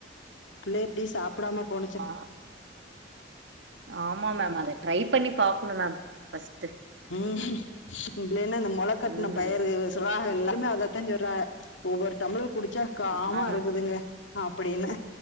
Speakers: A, on the left (about 80°); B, on the right (about 70°).
A: புள்ள இப்பிடி சாப்பிடாம போன
B: ஆ ஆமா மேம் அத ட்ரை பண்ணி பாக்கணு மேம் ஃபஸ்டு
A: உம் இல்லேனா இந்த மொள கட்ன
B: ம்
A: பயிரு சிவா எல்லாருமே அதத்தா சொல்ராங்க ஒவ்வொரு டம்பளரு குடிச்சா காமா
B: ஆமா மேம்
A: இருக்குதுங்க அப்படின்னு